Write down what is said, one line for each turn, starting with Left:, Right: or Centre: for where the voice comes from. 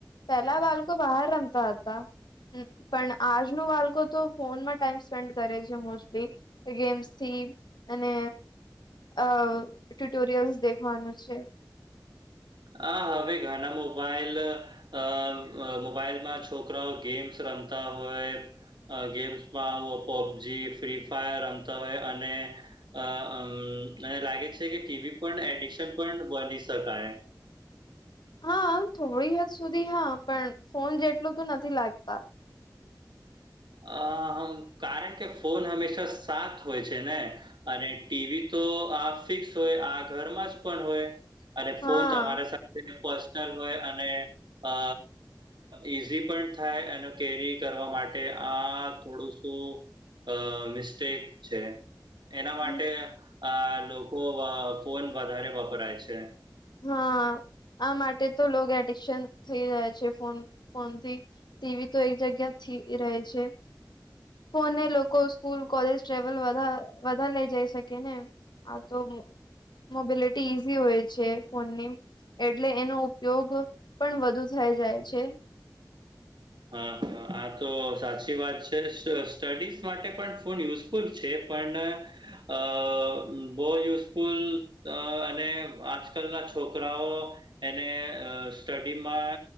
Left: પેલા બાળકો બહાર રમતા હતા. હ પણ આજનું બાળકો તો ફોનમાં ટાઈમ સ્પેન્ડ કરે છે મોસ્ટલી. ગેમ્સથી, અને અ ટુટોરિયલ્સ દેખવાનું છે.
Right: હ હવે ઘણા મોબાઈલ અ મોબાઈલમાં છોકરાઓ ગેમ્સ રમતા હોય. ગેમ્સમાં પબજી ફ્રી ફાયર રમતા હોય અને અ મને લાગે છે કે ટીવી પણ એડિક્શન પણ બની શકાય.
Left: હા થોડી હદ સુધી હા પણ ફોન જેટલું તો નથી લાગતા.
Right: અ કારણ કે ફોન હમેશા સાથ હોય છે ને. અને ટીવી તો આ ફિક્સ હોય આ ઘરમાં જ પણ હોય, અને ફોન
Left: હા
Right: તમારા તે પર્સનલ હોય અને અ ઈઝી પણ થાય એનો કેરી કરવા માટે. માટે આ થોડું શું અ મિસ્ટેક છે. એના માટે
Left: હમ.
Right: આ લોકો ફોન વધારે વપરાય છે.
Left: હા, આ માટે તો લોગ એડિકશન થઈ જાય છે ફોન. ફોન થી, ટીવી તો એક જગ્યા થી રહે છે, ફો એ લોકો સ્કૂલ કોલેજ ટ્રેવલ વધા વધાર લઈ જઈ શકે ને આ તો મોબલિટી ઇઝી હોય છે ફોનની એટલે એનો ઉપયોગ પણ વધુ થઈ જાય છે
Right: હા હા આ તો સાચી વાત છે સ સ્ટડીઝ માટે પણ ફોન યુઝ ફૂલ છે પણ અ બો યુઝફુલ અ અને આજકાલ ના છોકરાઓ એને અ સ્ટડીમાં